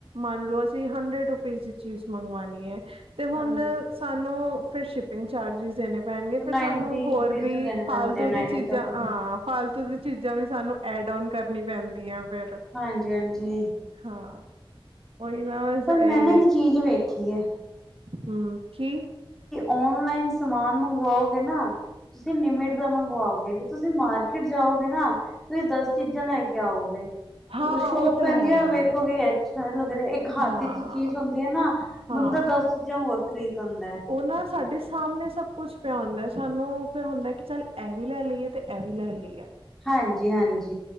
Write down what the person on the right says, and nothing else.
ਮੰਨ ਲਓ ਅਸੀਂ ਹੰਡਰਡ ਰੁਪਿਜ। ਚੀਜ਼ ਮੰਗਵਾਣੀ ਏ? ਤੇ ਹੁਣ
ਸਾਨੂੰ ਫਿਰ ਸ਼ਿਪਿੰਗ ਚਾਰਜਿਜ ਦੇਣੇ ਪੈਣਗੇ,
ਫਿਰ
ਸਾਨੂੰ ਹੋਰ
ਕਿ
ਫਾਲਤੂ
ਦੀ ਚੀਜ਼ਾਂ
ਹਾਂ, ਫਾਲਤੂ ਦੀ ਚੀਜ਼ਾਂ ਵੀ ਸਾਨੂੰ ਐਡ ਓਣ ਕਰਨੀ ਪੈਂਦੀਆਂ। ਫਿਰ
ਹਾਂ। ਉਹੀ ਨਾ ਬਸ
ਇਹੀ
ਹਾਂ ਕੀ?
ਹਾਂ
ਉਹ ਤੇ
ਹੀ
ਹਾਂ
ਹਾਂ
ਉਹ ਨਾ ਸਾਡੇ ਸਾਹਮਣੇ ਸਭ ਕੁੱਛ ਪਿਆ ਹੁੰਦਾ, ਸਾਨੂੰ ਫਿਰ ਹੁੰਦਾ, ਕਿ ਚੱਲ ਇਹ ਵੀ ਲੈ ਲਈਏ, ਤੇ ਇਹ ਵੀ ਲੈ ਲਈਏ